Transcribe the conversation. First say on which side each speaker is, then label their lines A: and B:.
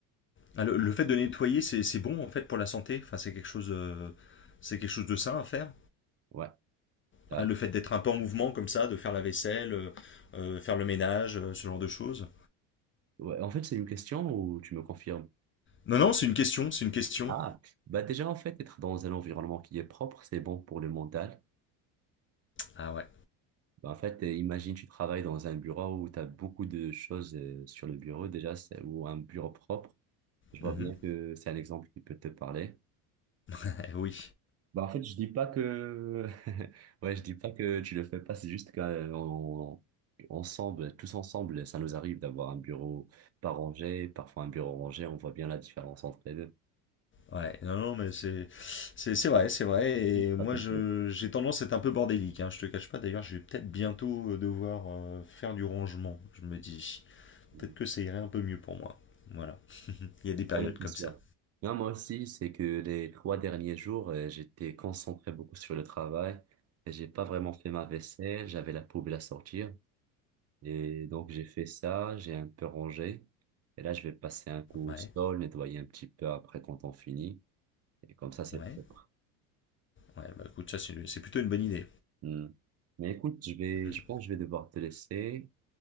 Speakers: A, on the left; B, on the right.
A: Ah, Le, le fait de nettoyer, c'est c'est bon, en fait, pour la santé. Enfin, c'est quelque chose, euh, c'est quelque chose de sain à faire.
B: Ouais, ouais.
A: Ah, Le fait d'être un peu en mouvement comme ça, de faire la vaisselle, euh, euh, faire le ménage, euh, ce genre de choses.
B: Ouais, En fait, c'est une question où tu me confirmes.
A: Non, non, c'est une question, c'est une question.
B: Ah, bah déjà, en fait, être dans un environnement qui est propre, c'est bon pour le mental.
A: Ah ouais.
B: Bah, en fait, euh, imagine, tu travailles dans un bureau où tu as beaucoup de choses euh, sur le bureau, déjà, c'est- ou un bureau propre. Je vois
A: Mhm.
B: bien que c'est un exemple qui peut te parler.
A: Eh oui.
B: Bah, en fait, je dis pas que, <laughs> ouais, je dis pas que tu le fais pas, c'est juste qu'on, ensemble, tous ensemble, ça nous arrive d'avoir un bureau pas rangé, parfois un bureau rangé, on voit bien la différence entre les deux.
A: Ouais, non, non, mais c'est c'est c'est vrai, c'est vrai. Et moi,
B: Ah, t'inquiète.
A: je j'ai tendance à être un peu bordélique. Hein, je te cache pas. D'ailleurs, je vais peut-être bientôt euh, devoir euh, faire du rangement. Je me dis,
B: Mm.
A: peut-être que ça irait un peu mieux pour moi. Voilà. Il y a des périodes
B: Ouais, non, c'est
A: comme
B: sûr.
A: ça.
B: Non, moi aussi, c'est que les trois derniers jours, euh, j'étais concentré beaucoup sur le travail et j'ai pas vraiment fait ma vaisselle, j'avais la poubelle à sortir et donc j'ai fait ça, j'ai un peu rangé et là je vais passer un coup
A: Ouais,
B: au sol, nettoyer un petit peu après quand on finit et comme ça c'est
A: ouais,
B: propre.
A: ouais. Bah écoute, ça c'est c'est plutôt une bonne idée.
B: Mm. Mais écoute, je vais,
A: Mm.
B: je pense que je vais devoir te laisser,